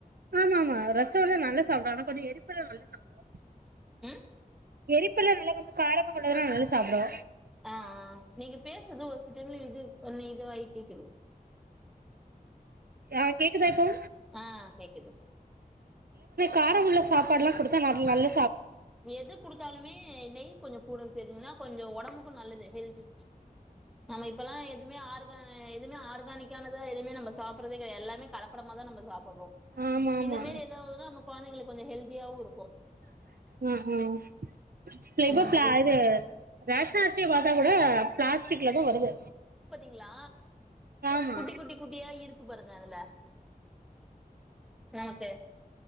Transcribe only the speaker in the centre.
ம்
ஆ ஆ நீங்க பேசர்து ஒரு செகண்டல இது பண்ணி இதுவாகி கேக்குது
ஆ கேக்குது
எது குடுத்தாலுமே நெய் கொஞ்சோ கூட சேத்திங்கன்னா கொஞ்சோ ஒட்டா ஒடம்புக்கும் நல்லது ஹெல்தி நம்ம இப்பெல்லா எதுமே ஆறு ப்வ எதுவுமே ஆர்கானிக்கானதா எதுவுமே நம்ம சாப்றது கெடயாது எல்லாமே கலப்படமா தா நம்ம சாப்ப பறோம்
இந்த மேரி ஏதாவதுன்னா நம்ம கொழந்தைங்களுக்கு கொஞ்சோ ஹெல்தியாவு இருக்கு
அந்த மாதிரி
ங்ளா
குட்டி குட்டி குட்டியா இருக்கு உப்பு பாருங்க அதுல <inaudible> ஹேமத்த